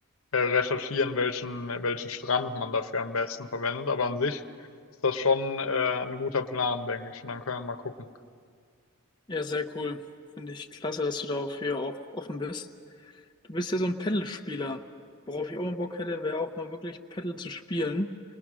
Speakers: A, on the left (about 75°); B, on the left (about 20°).
A: äh, recherchieren, welchen, welchen Strand man dafür am besten verwendet. Aber an sich ist das schon äh, ein guter Plan, denke ich. Und dann können wir mal gucken.
B: Ja, sehr cool. Finde ich klasse, dass du dafür auch offen bist. Du bist ja so ein Paddle-Spieler. Worauf ich auch mal Bock hätte, wäre auch mal wirklich Paddle zu spielen.